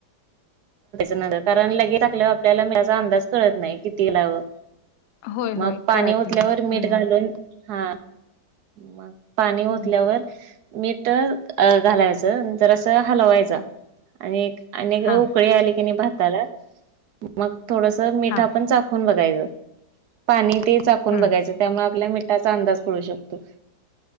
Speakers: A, on the right; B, on the left.
A: न कारण लगेच टाकल्यावर ल्या आपल्याला मिठाचा अंदाज कळत नाही किती लावं
B: होय
A: मग
B: होय
A: पाणी
B: कळत
A: ओतल्यावर
B: नाही
A: मीठ
B: हम्म
A: घालून हा मग पाणी ओतल्यावर
B: हम्म
A: मीठ घालायचं जरासा असं हलवायच आणि आणि
B: हा
A: उकळी आली की नाही भाताला मग थोडस मिठ
B: हा
A: आपण चाकून बघायच. पाणी ते चाकून
B: हम्म
A: बघायचं त्यामुळे आपल्या मिठाचा अंदाज कळू शकतोय.